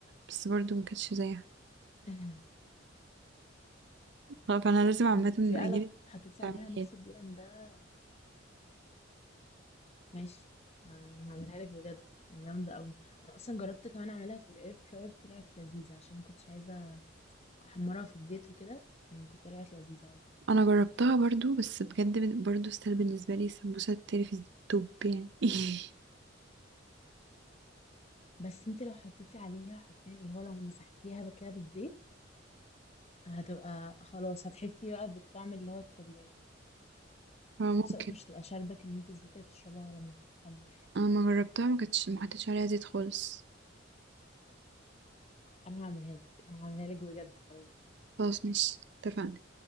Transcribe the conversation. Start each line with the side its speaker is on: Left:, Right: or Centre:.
Right: بس برضو مكانتش زيها
Left: <laughs>
Right: آه، فانا لازم عامة
Left: ما انت بقى
Right: اجيلك
Left: لو حطيتي
Right: تعمليها
Left: عليها ميكس
Right: لي
Left: الجبن ده ماشي آه، هعملها لك بجد جامدة قوي انا اصلا جربت كمان اعملها في الاير فراير طلعت لذيذة عشان ما كنتش عايزة احمرها في الزيت وكده مم، كانت طلعت لذيذة عادي
Right: انا جربتها برضو بس بجد بن- برضو ستيل بالنسبة لي السمبوسة التري في التوب يعني <laughs>
Left: بس انت لو حطيتي عليها حرفيا اللي هو لو مسحتيها بقى كده بالزيت هتبقى خلاص هتحسي بقى بالطعم اللي هو الطبيعي
Right: فممكن
Left: وفي نفس الوقت مش هتبقى شاربة كمية الزيت اللي بتشربها لما بتتحمر
Right: انا ما جربتها ما كانتش ما حطيتش عليها زيت خالص
Left: انا هعملها لك انا هعملها لك بجد خلاص
Right: خلاص مش اتفقنا